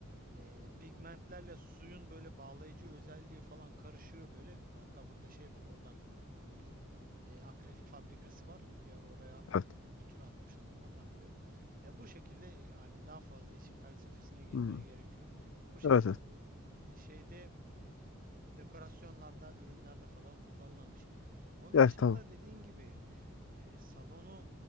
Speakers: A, on the right; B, on the left.
A: e, pigmentlerle suyun böyle bağlayıcı özelliği falan karışıyor böyle. Hatta burada şey var, oradan biliyorum ben de. Bizim e, akrilik fabrikası var. Bir ara oraya
B: Evet.
A: hani bir tura atmıştım. Oradan biliyorum. E, bu şekilde e, hani daha fazla işin felsefesine girmeye
B: Hmm.
A: gerek yok. Bu şekilde
B: Evet evet.
A: bu e, şeyde e, dekorasyonlarda, ürünlerde falan kullanılan bir şey. Onun
B: Evet
A: dışında
B: tamam.
A: dediğin gibi e, salonu